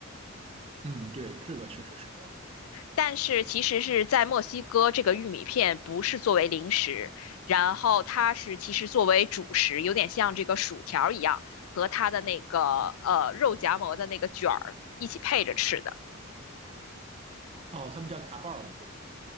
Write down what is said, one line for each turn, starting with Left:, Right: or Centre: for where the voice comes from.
Right: 嗯，对，这个确实是这样。
Left: 但是其实是在墨西哥，这个玉米片不是作为零食，然后它是其实作为主食，有点像这个薯条儿一样，和它的那个呃肉夹馍的那个卷儿一起配着吃的。
Right: 哦，他们叫卡巴尔对吧？